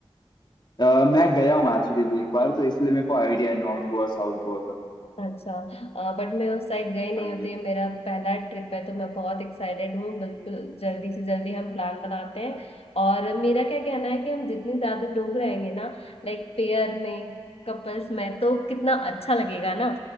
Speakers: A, on the left; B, on the left.
A: अ, मैं गया हूँ एक्चुअली एक बार तो इसलिए मेरे को आइडिया है नॉर्थ गोवा साउथ गोवा का
B: अच्छा बट मैं उस साइड गई नहीं
A: हाँ
B: होती
A: जी
B: ये मेरा पहला ट्रिप है तो मैं बहुत एक्साइटेड हूँ बिल्कुल जल्दी से जल्दी हम प्लान बनाते हैं और मेरा क्या कहना है कि हम जितने ज्यादा लोग रहेंगे ना लाइक पेयर में कपल्स में तो कितना अच्छा लगेगा ना